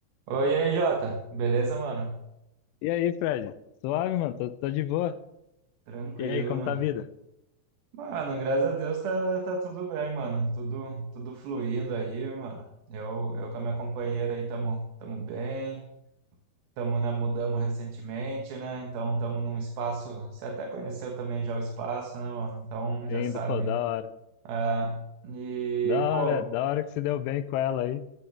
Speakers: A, on the right; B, on the left.
A: Oi, e aí, Jota. Beleza, mano?
B: E aí, Fred? Suave, mano? Tô, tô de boa.
A: Tranquilo,
B: E aí, como
A: mano.
B: tá a vida?
A: Mano, graças a Deus tá, tá tudo bem, mano. Tudo, tudo fluindo aí, mano. Eu, eu com a minha companheira aí tamo, tamo bem. Tamo na, mudamos recentemente, né? Então tamo num espaço. Você até conheceu também já o espaço, né, mano? Então já
B: Indo,
A: sabe.
B: pô, da hora.
A: Ah, e,
B: Da
A: pô,
B: hora, da hora que se deu bem com ela aí.